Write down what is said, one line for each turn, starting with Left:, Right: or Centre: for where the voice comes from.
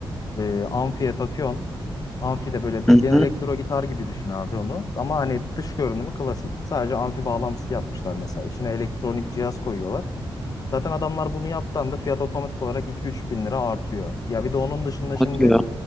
Left: e, amfiye takıyorsun. Amfi de böyle bildiğin
Centre: Hı hı.
Left: elektro gitar gibi düşün abi onu. Ama hani dış görünümü klasik. Sadece amfi bağlantısı yapmışlar mesela. İçine elektronik cihaz koyuyorlar. Zaten adamlar bunu yaptığında da fiyat otomatik olarak 2-3 bin lira artıyor. Ya bir de onun dışında şimdi
Centre: O diyor.